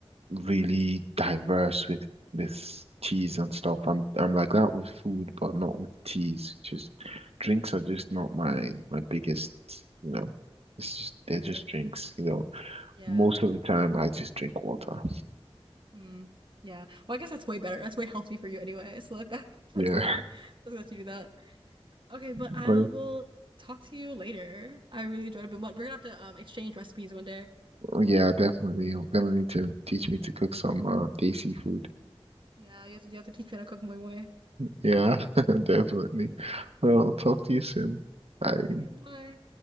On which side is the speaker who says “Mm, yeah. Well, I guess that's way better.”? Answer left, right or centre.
Right